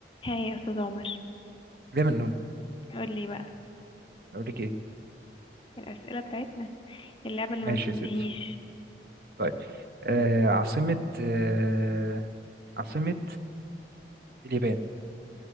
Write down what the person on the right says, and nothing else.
ليه منون
اقول لك ايه
ماشي
يا ستي طيب آه عاصمة آه عاصمة اليابان